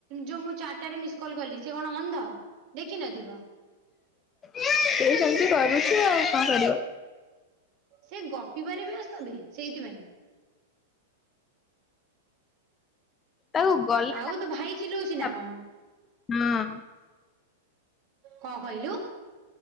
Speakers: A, on the right; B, on the left.
A: ଯୋଉ ମୁଁ ଚାରିଟାରେ ମିସକଲ୍ କଲି ସେ କଣ ଅନ୍ଧ ଦେଖିନଥିବ।
B: ସିଏ ସେମିତି କରୁଛି ଆଉ କଣ କରିବୁ।
A: ସେ ଗପିିବାର ବ୍ୟସ୍ତବେ ସେଇଥିପାଇଁ
B: ତାକୁ ଗଲେ
A: ଆଉ ତୋ ଭାଇ ଚିଲଉଛି
B: <unintelligible>
A: ନା କଣ?
B: ହଁ।
A: କଣ କହିଲୁ?